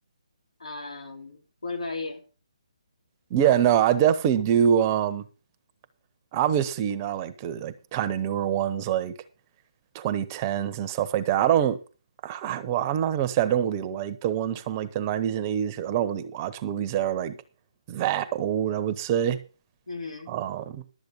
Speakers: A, on the left; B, on the right.
A: Um, what about you?
B: Yeah, no, I definitely do. Um obviously, you know, I like the like kind of newer ones like 2010s and stuff like that. I don't. I, well, I'm not gonna say I don't really like the ones from like the 90s and 80s 'cause I don't really watch movies that are like that old. I would say.
A: hmm
B: Um,